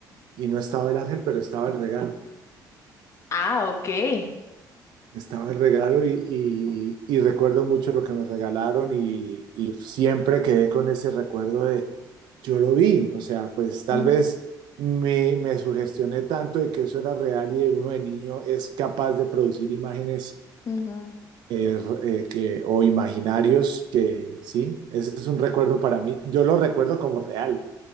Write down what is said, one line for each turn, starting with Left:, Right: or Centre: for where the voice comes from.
Right: y no estaba el ángel, pero estaba el regalo.
Left: Ah, okay.
Right: Estaba el regalo y, y- y recuerdo mucho lo que me regalaron y, y siempre quedé con ese recuerdo de, yo lo vi, o sea, pues tal
Left: Ujú,
Right: vez me, me sugestioné tanto de que eso era real y de uno de niño es capaz de producir imágenes
Left: ujú.
Right: eh, eh, que, o imaginarios que sí, ese es un recuerdo para mí. Yo lo recuerdo como real.